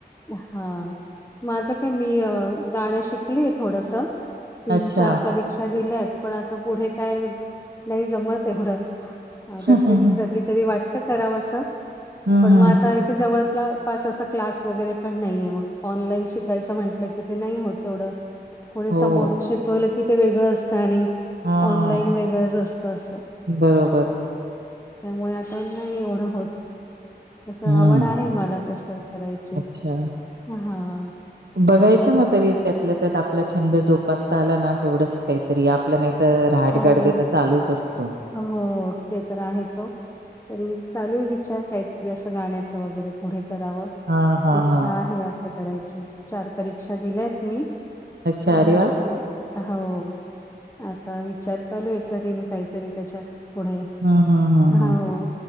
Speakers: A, on the left; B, on the right.
A: हा माझं काय मी गाणं शिकलीय थोडस तीन,
B: अच्छा.
A: चार परीक्षा दिल्यात पण आता पुढे काय नाही जमत एवढ. आता
B: हं,
A: तेच
B: हं, हं.
A: कधीतरी वाटत करावं असं
B: हं,
A: पण
B: हं.
A: मग आता जवळ पास असा क्लास वगैर पण नाहीये मग ऑनलान शिका म्हटकी ते नाही होत तेवढ
B: हो.
A: समोरुन कल की ते वेगळं असतं आणि
B: हां.
A: ऑनलाईन वेगळंच असतं असं.
B: बरोबर.
A: त्यामुळे आता नाही एवढं होत तसं
B: हं.
A: आवड आहे मला तसं करायची.
B: अच्छा
A: हां.
B: बघा त्यातल्या त्यात आपला छंद जोपासता आला तेवच काहीतरी आपल्या नाही तर राहाडगाडग
A: हो.
B: तर चालूच असतो.
A: हो ते तर आहेच हो. तरी चालू आहे विचार काहीतरी असं गाण्याचं वगैरे पुढे कराव.
B: हां, हां,
A: इच्छा
B: हां.
A: आहे असं करायची चार परीक्षा दिल्यात मी.
B: अच्छा,
A: म
B: अरे वाह!
A: भरपूर हो.. आता विचार चालू करिन काहीतरी त्याच्या पुढे
B: हं, हं, हं,
A: हो...
B: हं.